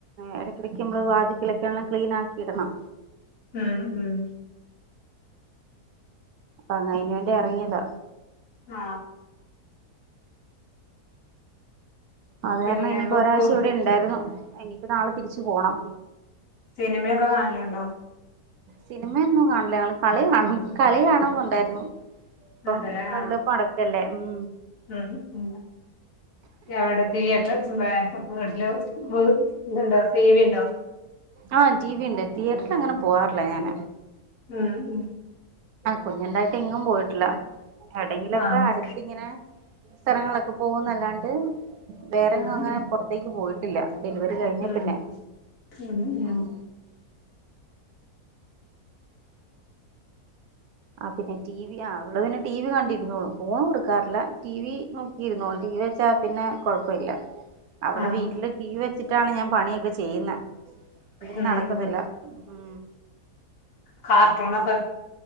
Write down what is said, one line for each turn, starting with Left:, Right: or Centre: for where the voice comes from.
Right: ഇടയ്ക്കടക്ക് നമ്മള് വാതിക്കലൊക്കെല്ലാം ക്ലീനാക്കി ഇടണം.
Left: ഉം ഉം
Right: അങ്ങഅയിന് വേണ്ടി എറങ്ങിയതാ.
Left: ആ
Right: അത് കാരണം
Left: പിന്നെ
Right: ഇനിഇപ്പൊ
Left: ബുക്ക്
Right: ഒരാഴ്ച്ച ഇവിടെ ഉണ്ടായിരുന്നു. ഇനിയിപ്പോ നാളെ തിരിച്ചു പോണം.
Left: സിനിമയൊക്കെ കാണലുണ്ടോ.
Right: സിനിമയൊന്നും കാണില്ല ഞങ്ങള് കളി കാണും കളി കാണുന്നുണ്ടായിരുന്നു. ഇപ്പം
Left: അതേല്ലേ
Right: വേൾഡ്
Left: ആഹ്
Right: കപ്പ് നടക്കല്ലേ. ഉം
Left: ഉം ഉം എവിടെ തിയേറ്റർ <unintelligible> വീട്ടില് വ് ഇതുണ്ടോ ടി വി ഉണ്ടോ?
Right: ആഹ ടി വി ഉണ്ട് തിയേറ്ററിൽ അങ്ങനെ പോവാറില്ലേ ഞാാന്
Left: ഉം ഉ
Right: കുഞ്ഞണ്ടായിട്ട് ഇങ്ങും പോയിട്ടില്ല എവിടെയങ്കിലൊക്കെ
Left: ആഹ് ഉണ്ട്
Right: അടുത്തിങ്ങനെ സ്ഥലങ്ങളൊക്കെ പോകുന്നല്ലാണ്ട് വേറെങ്കും
Left: ഉം ഉം
Right: അങ്ങനെ പുറത്തേക്ക് പോയിട്ടില്ല ഡെലിവറി കഴിഞ്ഞ
Left: ഉം ഉം
Right: പിന്നെ
Left: ഉം ഉം
Right: ആഹ ആ പിന്നെ ടി വി ആ അവള് പിന്നെ ടി വി കണ്ടിരുന്നോളു ഫോൺ കൊടുക്കാറില്ല ടി വി നോക്കിയിരുന്നോള ടി വി വെച്ചാ പിന്നെ കൊഴപ്പില്ല അവിടെ
Left: ആഹ്
Right: വീട്ടില് ടീ വെച്ചിട്ടാണ് ഞാൻ പണിയൊക്കെ ചെയ്യുന്നത് അല്ലെങ്കി
Left: ഉം
Right: നടക്കത്തില്ല ഉ
Left: കട്ടൂണക്ക